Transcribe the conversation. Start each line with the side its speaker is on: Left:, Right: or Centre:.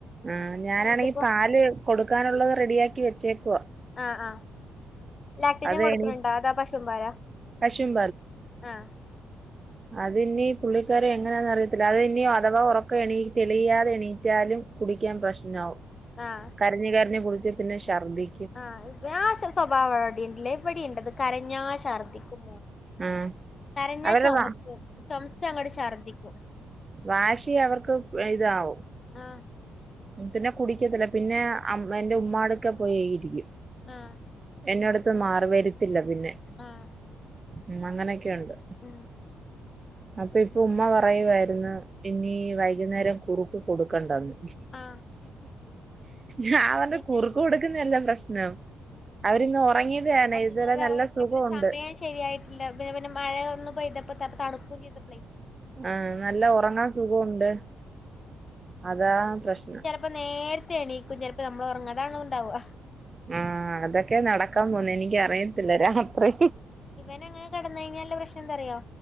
Right: ആ ഞാനാണെ
Left: ആഹ് ഇതിപ്പോ
Right: ങ്കി പാല് കൊടുക്കാനുള്ളത് റെഡിയാക്കി വെച്ചേക്കുവാ
Left: ആഹ ആഹ ലാക്ടോജൻ
Right: അത്
Left: കൊടുക്കണണ്ടോ
Right: എണീ
Left: അതോ പശും പാലോ
Right: പശും
Left: ആഹ
Right: അതിണ്ണി പുള്ളിക്കാരങ്ങനെയാന്ന റിയത്തില്ല അത് നി അഥവാ ഉറക്കെ എണീ തെളിയാതെ എണീറ്റാലും കുടിക്കാൻ പ്രശ്നാവും
Left: ആഹ
Right: കര്ഞ് കര്ഞ്ഞ് കുടിച്ച് പിന്ന ഷർദി
Left: ആഹ <unintelligible> ആസ്വഭാവം എവിടെ എവിടെണ്ടത് കരഞ്ഞാശർദിക്കും
Right: ആ
Left: കരഞ്ഞാ
Right: അവരുടെ
Left: ചുമക്കും
Right: വാ
Left: ചുമച്ചങ്ങട്ട് ഛർദ്ദിക്കും
Right: വാശി അവർക്ക് വൽതാവും
Left: ആഹ
Right: പിന്നെ കുടിക്കത്തില്ല പിന്നെ അ എൻ്റെ മ്മാടൊക്കെ പോയിരിക്കും
Left: ആഹ
Right: എന്നോടത്ത് മാറി വരിത്തില്ല പിന്നെ
Left: ആഹ
Right: ഉം അങ്ങനെക്കെയുണ്ട്
Left: ആ
Right: അപ്പൊ ഇപ്പ ഉമ്മ പറയുമായിരുന്നു ഇനി വൈകുന്നേരം കുറുക്ക് കൊടുക്കണ്ടാന്ന്
Left: ആഹ്
Right: ഞാ പറഞി
Left: പിന്നെ
Right: കുറുക്ക് കൊടുക്കുന്നന്തല്ല പ്രശ്നം അവരിന്ന് ഉറങ്ങിയതാണ്
Left: ഉറങ്ങുന്ന
Right: ഇതുവരെ നല്ല
Left: ഉറക്കത്തിന്
Right: സുഖവുണ്ട്
Left: സമയം ശരിയായിട്ടില്ല പിന്നെ പിന്നെ മഴയ ഒന്നു പോ്തപ്പ ത തണുക്കുക ചെയ്തിട്ടേ
Right: ആഹ നല്ല ഉറങ്ങാൻ സുഖവുണ്ട് അതാ പ്രശന
Left: ചിലപ്പോ നേരത്തെ എണീക്കും ചിലപ്പോ നമ്മൾ ഉറങ്ങ അതാണ് ഉണ്ടാവുക
Right: ആഹ അതൊക്കെ നടക്കാൻ പോണ് എനിക്ക അറിയത്തില്ല രാത്രി
Left: ഇവന അങ്ങനെ കടന്ന കഴിഞ്ഞാാലല്ല പ്രശ്നം എന്തറയാോ